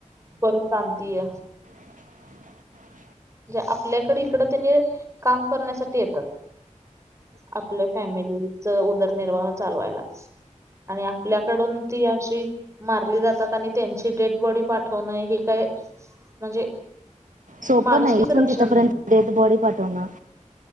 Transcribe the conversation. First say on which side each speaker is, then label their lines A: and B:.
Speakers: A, on the right (about 20°); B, on the right (about 75°).
A: पर शांती आहे.
B: <unintelligible>
A: आपल्याकडे इकड त्यांनी काम करण्यासाठी येतात. आपल्या फॅमिलीचा उदरनिर्वाह चालवायला. आणि आपल्याकडून ती अशी मारली जातात आणि त्यांची डेड बॉडी पाठवणं हे काय? म्हणजे
B: सोपं
A: माणुसकीचं
B: नाही इथून
A: लक्षण
B: तिथंपर्यंत
A: नाही
B: डेड बॉडी पाठवणं.